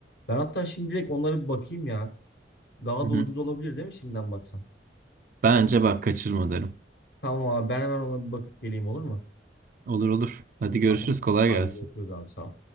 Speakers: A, on the left; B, on the right.
A: Ben hatta şimdi direkt onlara bir bakayım ya. Daha
B: hı
A: da
B: hı.
A: ucuz olabilir değil mi şimdiden baksan?
B: Bence bak kaçırma derim.
A: Tamam abi ben hemen ona bir bakıp geleyim olur mu?
B: Olur olur. Hadi görüşürüz.
A: Tamam.
B: Kolay
A: Hadi
B: gelsin.
A: görüşürüz abi sağ ol.